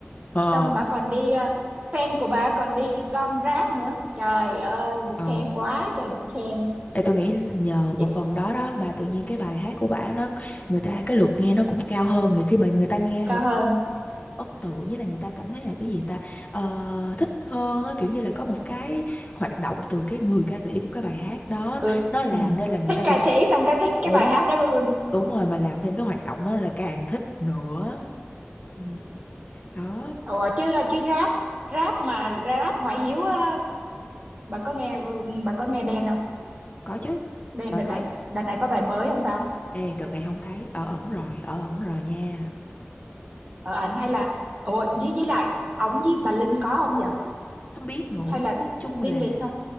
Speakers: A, on the left (about 35°); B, on the right (about 35°).
A: ờ
B: xong bà còn đi ờ, fan của bà còn đi gom rác nữa trời ơi được
A: ờ
B: khen quá trời được khen
A: Ê, tôi nghĩ nhờ một
B: Chị-
A: phần đó đó mà tự nhiên cái bài hát của bả nó người ta cái lượt nghe nó cũng cao hơn người khi mà người ta nghe
B: cao
A: người
B: hơn
A: ấn tượng nghĩa là người ta cảm thấy là cái gì ta Ờ, thích hơn á, kiểu như là có một cái hoạt động từ cái người ca sĩ của cái bài hát đó
B: cười
A: nó làm
B: ừ.
A: nên là người
B: thích
A: ta
B: ca
A: cũng
B: sĩ xong cái thích cái
A: đúng
B: bài hát đó luôn
A: đúng rồi mà làm thêm cái hoạt động đó là càng thích nữa
B: ừ.
A: đó
B: ủa chứ ờ, chứ rap rap mà rap ngoại hiếu á, bà có nghe ừ, bà có nghe Đen không
A: có chứ
B: Đen
A: trời
B: đợt này
A: ơi
B: đợt này có bài mới không ta
A: đây đợt này không thấy ở ẩn rồi ở ẩn rồi nha
B: ở ảnh hay là ủa với với lại ổng với bà Linh có không vậy
A: không biết nữa
B: hay là
A: nói chung
B: Đinh
A: là
B: Việt thôi